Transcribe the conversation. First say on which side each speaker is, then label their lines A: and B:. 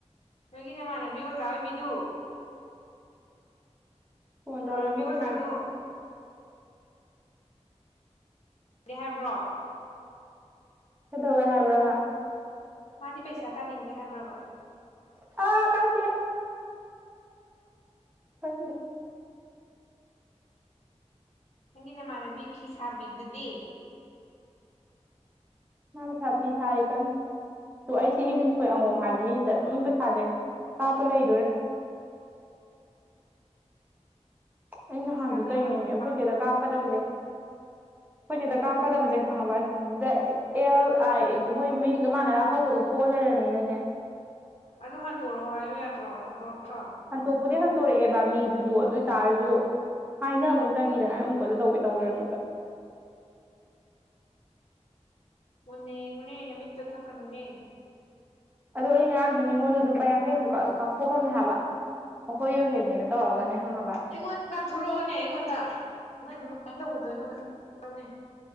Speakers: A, on the left; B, on the right.
A: ꯅꯪꯒꯤ ꯅꯃꯥꯟꯅꯕꯤ ꯑꯣꯖꯥ ꯑꯣꯏꯕꯤꯗꯨ
B: ꯐꯣꯟ ꯇꯧꯔꯛꯑꯝꯕꯅꯦ
A: ꯅꯃꯥꯟꯅꯕꯤ ꯑꯣꯖꯥꯗꯨ
B: ꯍꯧꯖꯤꯛ
A: ꯗꯤ ꯍꯥꯏꯕ꯭ꯔꯣ
B: ꯀꯩꯗꯧꯋꯦ ꯍꯥꯏꯕ꯭ꯔꯕ
A: ꯃꯥꯗꯤ ꯄꯩꯁꯥ ꯇꯥꯟꯅꯤꯡꯗꯦ ꯍꯥꯏꯕ꯭ꯔꯕ
B: ꯑ ꯀꯥꯞꯄꯦ ꯈꯪꯗꯦ
A: ꯅꯪꯒꯤ ꯅꯃꯥꯟꯅꯕꯤ ꯐꯤ ꯁꯥꯕꯤꯗꯨꯗꯤ
B: ꯃꯥꯁꯨ ꯁ ꯐꯤ ꯁꯥꯔꯤ ꯀꯟꯅ ꯇꯨ ꯑꯩ ꯁꯤꯒꯤ ꯂꯤꯟꯊꯣꯏ ꯑꯉꯣꯝ ꯍꯥꯏꯕ ꯃꯤꯁꯤꯗ ꯑꯗꯨꯝ ꯄꯩꯁꯥꯁꯦ ꯀꯥꯞꯄ ꯂꯩꯗꯣꯔꯦ ꯑꯩ ꯅꯍꯥꯟꯁꯨ
A: ꯄꯩꯁꯥꯗꯣ
B: ꯇꯧꯏꯅꯦꯃꯤ
A: ꯑꯩꯉꯣꯟꯗ
B: ꯑꯩꯈꯣꯏ
A: ꯍꯥꯞꯄꯤꯔꯛꯑꯣ
B: ꯆꯦꯗ ꯀꯥꯞꯀꯗꯕꯁꯦ ꯑꯩꯈꯣꯏ ꯆꯦꯗ ꯀꯥꯞꯀꯗꯕꯁꯦ ꯈꯪꯉꯕ ꯗ ꯑꯦꯜ ꯑꯥꯏ ꯃꯣꯏ ꯃꯤꯡꯗꯣ ꯃꯥꯟꯅꯔ ꯑꯍꯧꯕꯗꯣ ꯊꯣꯛꯑ ꯂꯩꯔꯃꯤꯅꯅꯦ
A: ꯑꯗꯨ ꯍꯟꯗꯣꯔꯛꯑꯣ ꯍꯥꯏꯌꯨ ꯌꯥꯗ꯭ꯔꯣ ꯍꯟꯗꯣꯔꯛꯇ꯭ꯔꯣ
B: ꯍꯟꯇꯣꯛꯄꯨꯗꯤ ꯍꯟꯇꯣꯔꯛꯑꯦꯕ ꯃꯤꯗꯨꯁꯨ ꯑꯗꯨꯏꯇꯥꯥꯔꯁꯨ ꯍꯥꯏꯅꯕ ꯑꯃ ꯆꯪꯉꯤꯗꯅ ꯑꯩ ꯑꯃꯨꯀꯁꯨ ꯇꯧꯒꯦ ꯇꯧ ꯂꯩꯔꯝꯃꯤꯕ
A: ꯃꯨꯟꯅ ꯌꯦꯡꯉꯨꯅꯦꯅ ꯅꯃꯤꯠꯇꯣ ꯊꯛꯀꯅꯨꯅꯦ
B: ꯑꯗꯣ ꯑꯩ ꯉꯔꯥꯡꯁꯨ ꯃꯤꯉꯣꯟꯗꯖꯨ ꯂꯨꯄꯥ ꯌꯥꯡꯈꯩꯃꯖꯨ ꯀꯥꯞ ꯀꯥꯞꯊꯣꯛꯈ꯭ꯔꯕꯅꯦ ꯍꯥꯏꯕ ꯑꯩꯈꯣꯏ ꯌꯨꯍꯦꯟꯅꯦꯅ ꯇꯧꯔꯒꯅꯦ ꯈꯪꯉꯕ
A: ꯑꯩꯉꯣꯟꯗ ꯀꯥꯞꯊꯣꯔꯛꯑꯣꯅꯦ ꯑꯩꯉꯣꯟꯗ ꯅꯪ ꯑꯗꯨꯃꯥꯏꯅ ꯇꯧꯕꯗꯣ ꯑꯩꯉꯣꯟꯗ ꯅꯦ